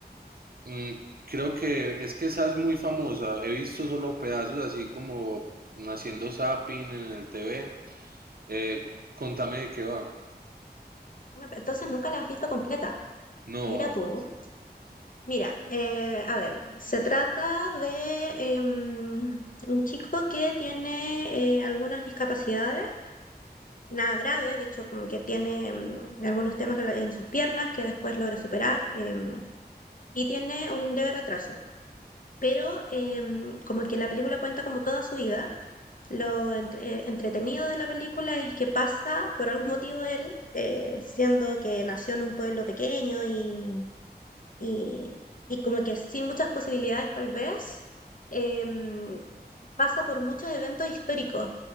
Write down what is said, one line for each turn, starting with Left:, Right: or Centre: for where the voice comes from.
Right: Mm, creo que es que esa es muy famosa. He visto solo pedazos así como haciendo zapping en el TV. Eh, contame de qué va.
Left: No, pero Entonces nunca la has visto completa.
Right: No,
Left: Mira
Right: jamás.
Left: tú. Mira, eh, a ver, se trata de em, un chico que tiene eh, algunas discapacidades nada grave, de hecho como que tiene mm, algunos temas rela- en sus piernas que después logra superar em, y tiene un leve retraso. Pero em, como que la película cuenta como toda su vida, lo entre- eh, entretenido de la película es que pasa por algún motivo él, eh, siendo que nació en un pueblo pequeño y y, y como que sin muchas posibilidades tal vez, em, pasa por muchos eventos históricos,